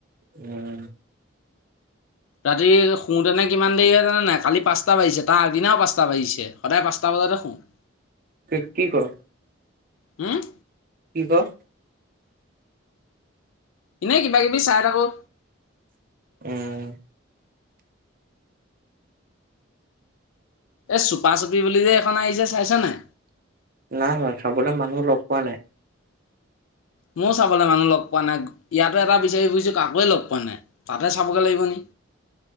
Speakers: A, on the right; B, on the left.
A: উম'।
B: ৰাতি শোওঁতেনে কিমান দেৰি হয় জাননে নাই? কালি পাঁচটা বাজিছে, তাৰ আগদিনাও পাঁচটা বাজিছে, সদায় পাঁচটা বজাতে শোওঁ। <inaudible>
A: ফিট কি ক'ৰ?
B: উম'?
A: কি ক'ৰ?
B: এনেই কিবা কিবি চাই থাকোঁ।
A: উম'।
B: এ চুপা চুপি বুলি যে এখন আহিছে চাইছান নাই?
A: নাই চোৱা, চাবলৈ মানুহ লগ পোৱা নাই।
B: ময়ো চাবলৈ মানুহ লগ পোৱা নাই। ইয়াতো এটা বিচাৰি ফুৰিছো কাকোৱে লগ পোৱা নাই। তাতে চাবগে লাগিব নি।